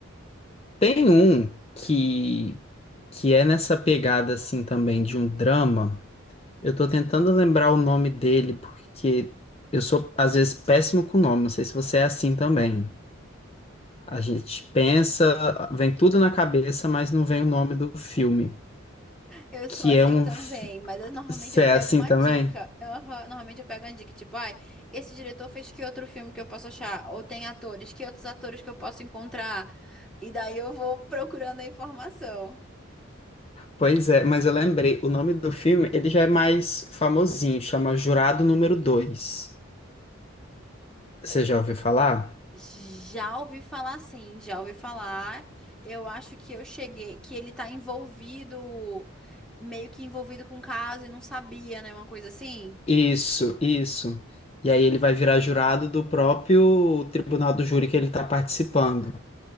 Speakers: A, on the left (about 30°); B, in the centre.
A: Tem um que que é nessa pegada assim também de um drama. Eu tô tentando lembrar o nome dele porque eu sou às vezes péssimo com o nome, não sei se você é assim também. A gente pensa, vem tudo na cabeça, mas não vem o nome do filme,
B: Eu
A: que
B: sou assim
A: é um
B: também,
A: fi-
B: mas eu- normalmente
A: você
B: eu
A: é
B: pego
A: assim
B: uma
A: também?
B: dica. Aham, normalmente eu pego uma dica, tipo, ai, esse diretor fez que outro filme que eu posso achar? Ou tem atores, que outros atores que eu posso encontrar? E daí eu vou procurando a informação.
A: Pois é, mas eu lembrei, o nome do filme, ele já é mais famosinho, chama Jurado Número Dois. Você já ouviu falar?
B: Já ouvi falar sim, já ouvi falar. Eu acho que eu cheguei, que ele tá envolvido, meio que envolvido com o caso e não sabia, né? Uma coisa assim.
A: Isso, isso. E aí ele vai virar jurado do próprio tribunal do júri que ele está participando.